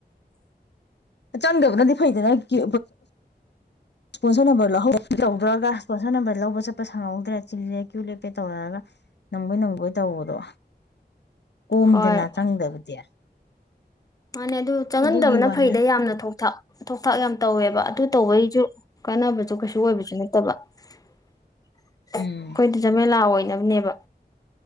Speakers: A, on the left; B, on the left.
A: ꯆꯪꯗꯕꯅꯗꯤ ꯐꯩꯗꯅ ꯀ ꯄꯨ ꯄꯣꯟꯁꯣ ꯅꯝꯕꯔ ꯂꯧꯍꯧꯕ ꯇꯧꯗ꯭ꯔꯒ ꯄꯣꯠꯁꯣꯟ ꯅꯝꯕꯔ ꯂꯧꯕ ꯆꯠꯄ ꯁꯪꯍꯧꯗ꯭ꯔꯦ ꯆꯤꯜꯂꯦ ꯀ꯭ꯌꯨ ꯂꯦꯞꯄꯦ ꯇꯧꯔꯒ ꯅꯝꯃꯣꯏ ꯅꯝꯒꯣꯏ ꯇꯧꯕꯗꯣ ꯀꯣꯝꯃꯤꯗꯅ
B: ꯍꯣꯏ
A: ꯆꯪꯗꯕꯗꯤ
B: ꯃꯥꯅꯦ ꯑꯗꯨ ꯆꯪꯍꯟꯗꯕꯅ
A: ꯑꯗꯨꯒꯤ ꯋꯥꯅꯤꯗ
B: ꯐꯩꯗ ꯌꯥꯝꯅ ꯊꯣꯛ ꯊ ꯊꯣꯛ ꯊꯥꯛ ꯌꯥꯝ ꯇꯧꯋꯦꯕ ꯑꯗꯨ ꯇꯧꯕꯩꯁꯨ ꯀꯥꯟꯅꯕꯁꯨ ꯀꯩꯁꯨ ꯑꯣꯏꯕꯁꯨ ꯅꯠꯇꯕ ꯑꯩꯈꯣꯏꯗꯤ
A: ꯎꯝ
B: ꯖꯃꯦꯂꯥ ꯑꯣꯏꯅꯕꯅꯦꯕ